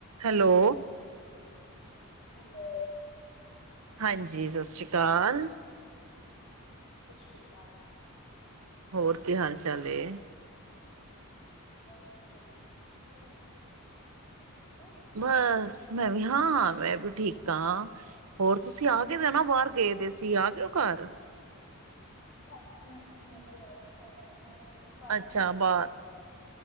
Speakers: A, on the right (about 75°); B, on the left (about 80°).
A: Hello.
B: Hello.
A: ਹਾਂਜੀ ਸਾਸਰੀ ਕਾਲ।
B: ਸਾਸਰੀ ਕਾਲ।
A: ਹੋਰ ਕੀ ਹਾਲ ਚਾਲ ਏ?
B: ਬਸ ਮੈਂ ਵੀ ਵਧੀਆ ਤੁਸੀ ਦੱਸੋ ਤੁਸੀਂ ਠੀਕ ਓ?
A: ਬਸ, ਮੈਂ ਵੀ ਹਾਂ ਮੈਂ ਵੀ ਠੀਕ ਆ। ਹੋਰ ਤੁਸੀਂ ਆ ਗਏ ਨੀ ਦੇ ਨਾ ਬਾਹਰ ਗਏ ਦੇ ਸੀ ਆ ਗਏ ਓ ਘਰ?
B: ਹਾਂਜੀ-ਹਾਂਜੀ ਮੈਂ ਤੇ ਆਗੀ ਘਰ ਮੈਂ ਜਦੋ ਘਰ
A: ਅੱਛਾ
B: ਵੀ ਆਈ
A: ਬਾਹਰ
B: ਸੀ।